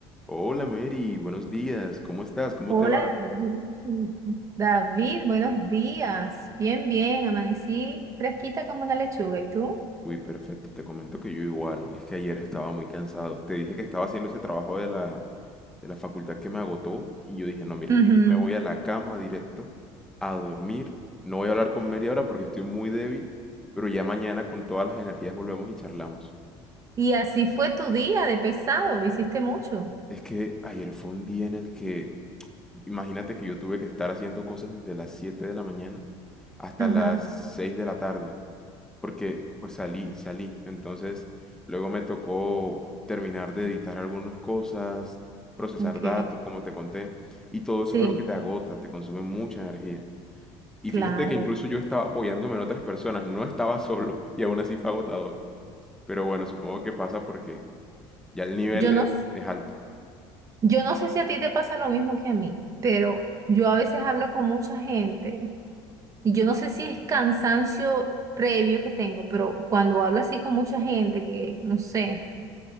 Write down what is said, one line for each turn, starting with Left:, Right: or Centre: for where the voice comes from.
Centre: Hola Mary, buenos días, ¿cómo estás? ¿Cómo
Right: Hola
Centre: te va?
Right: David, David, buenos días. Bien, bien, amanecí fresquita como una lechuga. ¿Y tú?
Centre: Uy, perfecto, te comento que yo igual, es que ayer estaba muy cansado. Te dije que estaba haciendo ese trabajo de la, de la facultad que me agotó y yo dije, no, mira,
Right: Ujú.
Centre: yo me voy a la cama directo a dormir. No voy a hablar con Mary ahora porque estoy muy débil, pero ya mañana con todas las energías volvemos y charlamos.
Right: Y así fue tu día de pesado, hiciste mucho.
Centre: Es que ayer fue un día en el que, imagínate que yo tuve que estar haciendo cosas desde las 7 de la mañana hasta
Right: Ajá.
Centre: las 6 de la tarde. porque pues salí, salí. Entonces, luego me tocó terminar de editar algunas cosas, procesar
Right: Ok,
Centre: datos, como te conté, y todo
Right: sí,
Centre: eso es algo que te agota, te consume mucha energía. Y
Right: claro.
Centre: fíjate que incluso yo estaba apoyándome en otras personas, no estaba <laughs> solo, y aún así fue agotador. Pero bueno, supongo que pasa porque ya el nivel
Right: Yo no,
Centre: e-
Right: s-
Centre: es alto,
Right: yo no sé si a ti te pasa lo mismo que a mí, pero yo a veces hablo con mucha gente y yo no sé si es cansancio previo que tengo, pero cuando hablo así con mucha gente, que no sé.